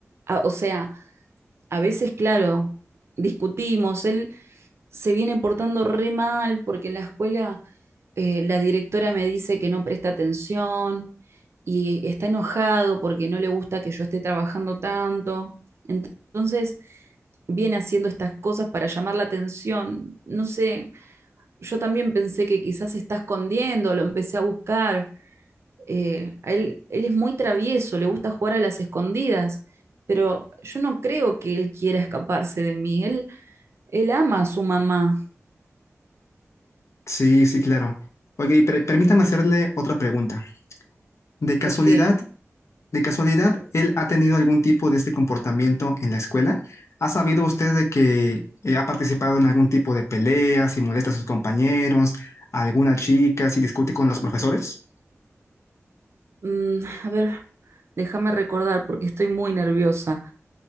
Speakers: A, on the right (about 55°); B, on the left (about 65°).
A: A- o sea, a veces, claro, discutimos, él se viene portando re mal porque en la escuela eh, la directora me dice que no presta atención y está enojado porque no le gusta que yo esté trabajando tanto. Ent- Entonces, viene haciendo estas cosas para llamar la atención. No sé, yo también pensé que quizás se está escondiendo, lo empecé a buscar. Eh, a él, él es muy travieso, le gusta jugar a las escondidas, pero yo no creo que él quiera escaparse de mí. Él, él ama a su mamá.
B: Sí, sí, claro. Oiga, y pre- permítame hacerle otra pregunta. ¿De casualidad,
A: Ok,
B: de casualidad, él ha tenido algún tipo de este comportamiento en la escuela? ¿Ha sabido usted de que eh, ha participado en algún tipo de peleas y molesta a sus compañeros, a alguna chica, si discute con los profesores?
A: Mm, a ver, déjame recordar porque estoy muy nerviosa.